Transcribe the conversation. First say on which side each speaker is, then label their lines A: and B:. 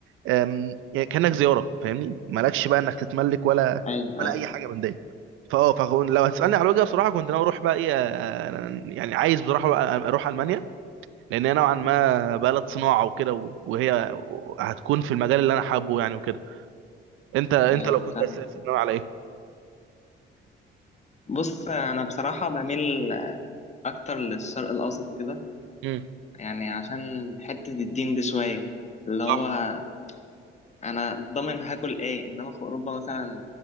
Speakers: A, on the right; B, on the left.
A: أم، يعني كانك زياره فاهمني مالكش بقى انك تتملك ولا
B: ايوه
A: ولا
B: ايوه
A: اي حاجه من ديت فاه فكون لو هتسالني على الوجهه بصراحه كنت ناوي اروح بقى ايه أه، يعني عايز بصراحه بقى اروح المانيا لان هي نوعا ما بلد صناعه وكده و- وهي هتكون في المجال اللي انا حابه يعني وكده انت انت
B: ايوه
A: لو كنت
B: فاهم
A: هتسافر ناوي على ايه؟
B: بص انا بصراحة بميل اكتر للشرق الاوسط وكده
A: امم
B: يعني عشان حتة الدين دي شوية اللي
A: صح
B: هو انا ضامن هاكل ايه انما في اوروبا مثلا